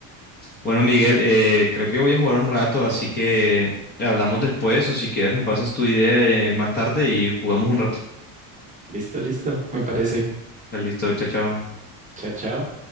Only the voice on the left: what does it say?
Bueno, Miguel, eh, creo que voy a jugar un rato, así que hablamos después. O si quieres, me pasas tu idea eh, más tarde y jugamos un rato.
Listo, chao, chao.